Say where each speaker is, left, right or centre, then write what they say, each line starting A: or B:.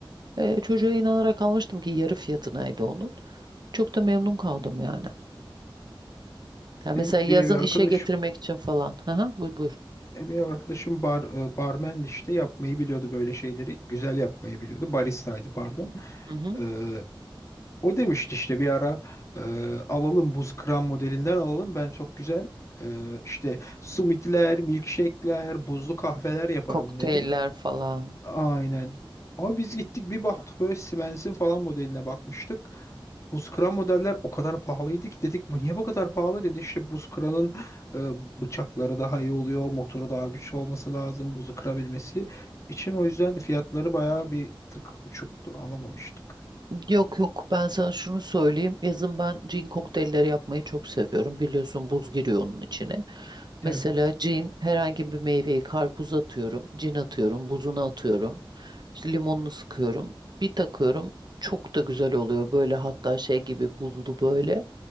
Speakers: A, on the right; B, on the left.
A: E, çocuğa inanarak almıştım ki yarı fiyatınaydı onun. Çok da memnun kaldım yani. Ha, mesela
B: Benim
A: yazın
B: bir ev arkadaşım
A: işe getirmek için falan. Hı hı, buyur buyur.
B: bir ev arkadaşım bar, e, barmendi işte yapmayı biliyordu böyle şeyleri. Güzel yapmayı biliyordu. Baristaydı pardon.
A: Hı hı.
B: Ee, O demişti işte bir ara e, alalım buz kıran modelinden alalım. Ben çok güzel e, işte summitler, milkshake'ler, buzlu kahveler yaparım
A: Kokteyller
B: dedi.
A: falan.
B: Aynen. Ama biz gittik bir baktık böyle Siemens'in falan modeline bakmıştık. Buz kıran modeller o kadar pahalıydı ki dedik bu niye bu kadar pahalı dedi. İşte buz kıranın e, bıçakları daha iyi oluyor, motoru daha güçlü olması lazım buzu kırabilmesi için. O yüzden fiyatları bayağı bir tık uçuktu, alamamıştık.
A: Yok yok ben sana şunu söyleyeyim. Yazın ben cin kokteylleri yapmayı çok seviyorum. Biliyorsun buz giriyor onun içine.
B: Evet.
A: Mesela cin herhangi bir meyveyi karpuz atıyorum. Cin atıyorum. Buzunu atıyorum. İşte limonunu sıkıyorum. Bir takıyorum. Çok da güzel oluyor. Böyle hatta şey gibi buzlu böyle.